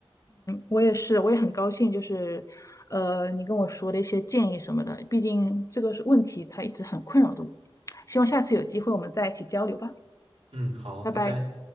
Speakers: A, on the left; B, on the right.
A: 我也是，我也很高兴，就是，呃，你跟我说的一些建议什么的，毕竟这个是问题，它一直很困扰着我。希望下次有机会我们再一起交流吧，
B: 嗯，好，
A: 拜拜。
B: 拜拜。